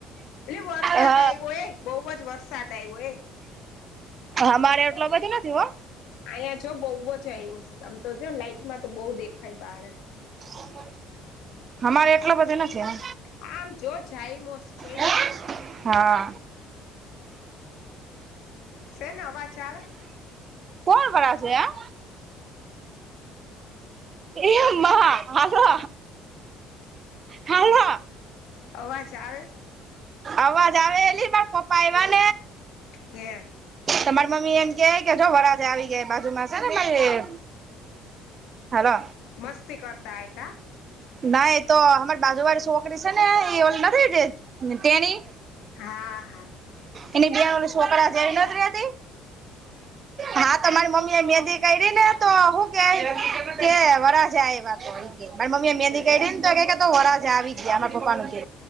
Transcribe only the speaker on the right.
હ
હમારે એટલો બધી નથી હો
હમ હમારે એટલા બધું નથી હો
હૈ
હા
કોણ કરા છે, આ એ માં હાલો હાલો
અવાજ આવેલી મા પપ્પા આયવા
તમાર મમ્મી એમ કેવાય કે જો વર રાજા આવી ગયા બાજુમાં સે ને મારી હાલો
ના એતો અમાર બાજુ વાળી છોકરી સે ને એ ઓલી નથી ટેની
એની બે ઓલા સોકરા જેવી નથ રેતી હા તો મારી મમ્મી એ મેંદી કાયઢી ને તો હું કેય કે વરાજા આયવા તો એમ કે માર મમ્મી એ મેંદી કાઢીને તો કે તો વર રાજા આવી ગયા માર પપ્પાનું કે